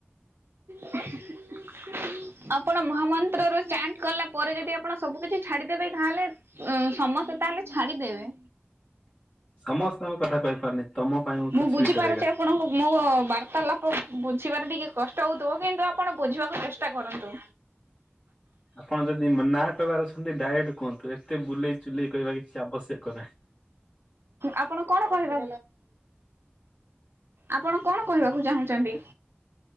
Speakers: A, on the right; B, on the left.
A: <inaudible> ଆପଣ ମହାମନ୍ତ୍ର ର ଚାଣ୍ଟ କଲା ପରେ ଯଦି ଆପଣ ସବୁ କିଛି ଛାଡିଦେବେ ତାହେଲେ ଉ ସମସ୍ତେ ତାହେଲେ ଛାଡିଦେବେ।
B: ସମସ୍ତଙ୍କ କଥା କହିପାରୁନି। ତମ ପାଇଁ କିଛି
A: ମୁଁ ବୁଝିପାରୁଛି
B: ବି କରେଗା
A: ଆ ଆପଣଙ୍କୁ ମୋ ବାର୍ତ୍ତାଳାପ ବୁଝିବାରେ ଟିକେ କଷ୍ଟ ହଉଥିବ। କିନ୍ତୁ ଆପଣ ବୁଝିବାକୁ ଚେଷ୍ଟା କରନ୍ତୁ।
B: ଆପଣ ଯଦି ମ୍ ନା କହିବାର ଅଛନ୍ତି ଡାଇରେକଟ କୁହନ୍ତୁ। ଏତେ ବୁଲେଇ ଚୁଲେଇ କହିବା କିଛି ଆବଶ୍ୟକ ନାହିଁ।
A: ଆପଣ କଣ କହିବା ଆପଣ କଣ କହିବାକୁ ଚାହୁଁଛନ୍ତି?